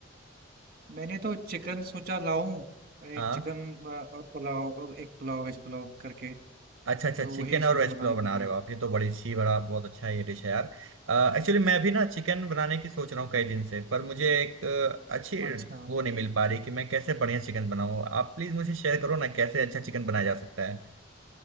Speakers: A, on the right (about 50°); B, on the right (about 75°).
A: मैंने तो चिकन सोचा लाऊं
B: हाँ
A: एक चिकन और पुलाव और एक पुलाव वेज पुलाव करके
B: अच्छा अच्छा
A: तो
B: चिकन
A: वही सोच
B: और वेज
A: रहा हूं बनाने
B: पुलाव बना
A: के
B: रहे
A: लिए
B: हो आप ये तो बड़ी अच्छी बड़ा बहुत अच्छा ये डिश है यार एक्चुअली मैं भी ना चिकन बनाने की सोच रहा हूँ कई दिन से पर मुझे एक अ, अच्छी
A: अच्छा
B: वो नहीं मिल पा रही कि मैं कैसे बढ़िया चिकन बनाऊँ आप प्लीज मुझे शेयर करो ना कैसे अच्छा चिकन बनाया जा सकता है